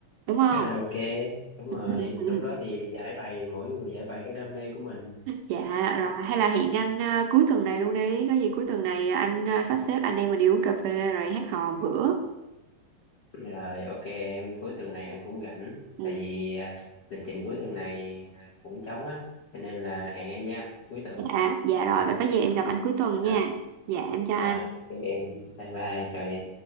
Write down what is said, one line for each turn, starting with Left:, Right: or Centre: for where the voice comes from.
Right: đúng không?
Left: karaoke đúng rồi
Right: <laughs> Ừ.
Left: lúc đó thì giải bày mỗi người giải bày cái đam mê của mình
Right: Dạ rồi hay là hẹn anh ờ, cuối tuần này luôn đi, có gì cuối tuần này anh ờ, sắp xếp anh em mình đi uống cà phê rồi hát hò bữa.
Left: rồi ok em cuối tuần này anh cũng rảnh
Right: Ừ.
Left: tại vì à, lịch trình cuối tuần này à, cũng trống á cho nên là hẹn em nha cuối tuần
Right: Dạ, dạ rồi vậy có gì em gặp anh cuối tuần nha.
Left: à,
Right: Dạ em chào anh.
Left: à, ok em bye bye chào em